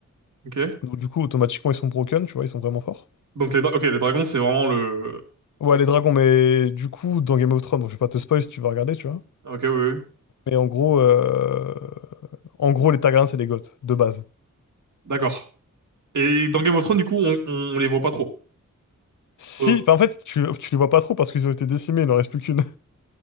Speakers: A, on the right; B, on the left.
A: ok.
B: Donc, du coup, automatiquement, ils sont broken, tu vois, ils sont vraiment forts.
A: Donc les, dra- ok, les dragons, c'est vraiment le...
B: Ouais, les dragons, mais du coup, dans Game of Thrones, bon, je vais pas te spoil si tu vas regarder, tu vois.
A: Ok, oui, oui. oui.
B: Mais en gros, euh, en gros, les Targaryens, c'est des Goths, de base.
A: D'accord. Et dans Game of Thrones, du coup, on, on les voit pas trop.
B: Si,
A: Euh,
B: enfin, en fait, tu, tu les vois pas trop parce qu'ils ont été décimés, il n'en reste plus qu'une.